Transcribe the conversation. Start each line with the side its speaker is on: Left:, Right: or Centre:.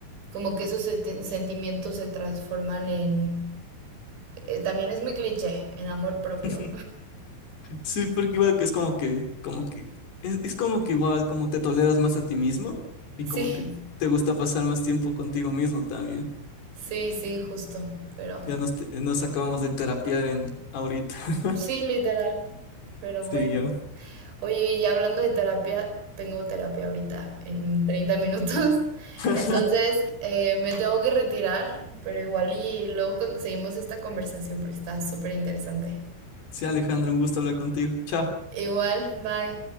Right: como que esos sent- sentimientos se transforman en... eh, también es muy cliché, en amor propio.
Left: <laughs> Sí, porque igual que es como que, como que, es, es como que igual como te toleras más a ti mismo y
Right: Sí,
Left: como que te gusta pasar más tiempo contigo mismo también.
Right: sí, sí, justo, pero...
Left: Ya nos, te- nos acabamos de terapiar en ahorita. <laughs>
Right: Sí, literal, pero
Left: Sí,
Right: bueno.
Left: yo.
Right: Oye, y hablando de terapia, tengo terapia ahorita en 30 minutos. <laughs>
Left: <laughs>
Right: Entonces, eh, me tengo que retirar, pero igual y luego con- seguimos esta conversación porque está súper interesante.
Left: Sí, Alejandro, un gusto hablar contigo. Chao.
Right: Igual, bye.